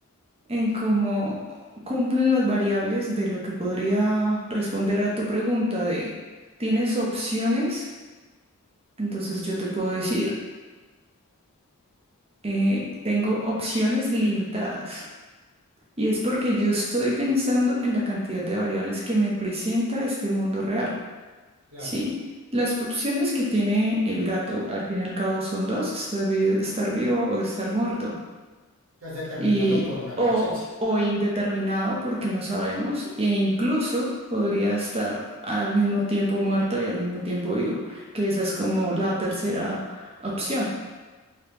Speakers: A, on the right; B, on the right.
A: en cómo cumplen las variables de lo que podría responder a tu pregunta de, ¿tienes opciones? Entonces yo te puedo decir. eh, tengo opciones limitadas. Y es porque yo estoy pensando en la cantidad de variables que me presenta este mundo real,
B: Claro,
A: ¿sí? Las opciones que tiene el gato, al fin y al cabo, son dos, estar vivo, estar vivo o estar muerto.
B: que has determinado
A: Y,
B: por una
A: o,
B: conciencia.
A: o indeterminado, porque no sabemos, e incluso podría estar al mismo tiempo muerto y al mismo tiempo vivo, que esa es como la tercera opción.